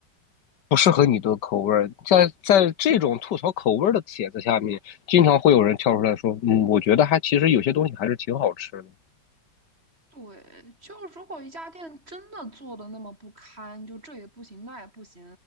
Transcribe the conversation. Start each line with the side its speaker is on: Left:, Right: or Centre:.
Left: 不适合你的口味儿。在在这种吐槽口味儿的帖子下面，经常会有人跳出来说，嗯，我觉得还其实有些东西还是挺好吃的。
Right: 对，就如果一家店真的做的那么不堪，就这也不行，那也不行，